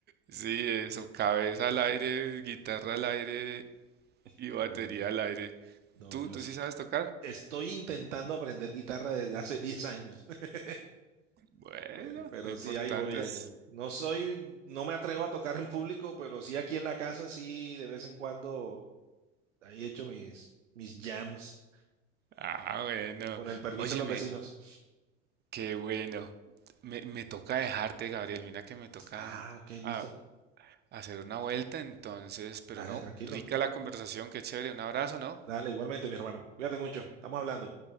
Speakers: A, on the right; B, on the right.
A: Sí, eso, cabeza al aire, guitarra al aire y
B: Qué
A: batería
B: bueno.
A: al aire.
B: No,
A: ¿Tú,
B: yo
A: tú
B: es-
A: sí sabes tocar?
B: estoy intentando aprender guitarra desde hace diez años, <laughs>
A: Bueno,
B: Eh, pero
A: lo importante
B: sí, ahí voy, ahí
A: es...
B: voy. No soy, no me atrevo a tocar en público, pero sí aquí en la casa, sí, de vez en cuando, ahí he hecho mis, mis jams
A: Ah, bueno.
B: con el permiso
A: Óyeme,
B: de los vecinos.
A: qué bueno. Me, me toca dejarte, Gabriel. Mira que me toca
B: Ah, ok, listo.
A: a- hacer una vuelta, entonces, pero
B: Dale,
A: no.
B: tranquilo.
A: Rica la conversación, qué chévere. Un abrazo, ¿no?
B: Dale, igualmente, mi hermano. Cuídate mucho. Estamos hablando.